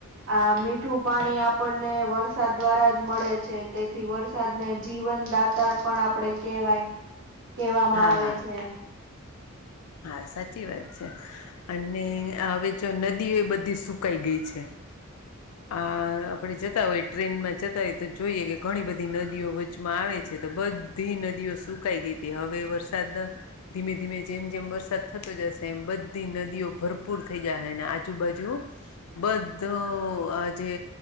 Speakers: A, on the right; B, on the left.
A: આ મીઠું પાણી આપણને વરસાદ દ્વારા જ મળે છે, તે થી વરસાદને જીવનદાતા પણ આપડે કેહેવાય કહેવામાં
B: હા
A: આવે
B: હા
A: છે.
B: હા સાચી વાત છે, અને હવે જો નદીઓ બધી સુકાઈ ગઈ છે. આ આપણેે જતા હોય ટ્રેનમાં જતા હોય તો જોઈએ કે ઘણી બધી નદીઓ વચમાં આવે છે, ત બધી નદીઓ સુકાઈ ગઈ હતી હવે વરસાદ ધીમે ધીમે જેમ જેમ વરસાદ થતો જશે એમ બધી નદીઓ ભરપૂર થઈ જાહે અને આજુબાજુ બધું અ જે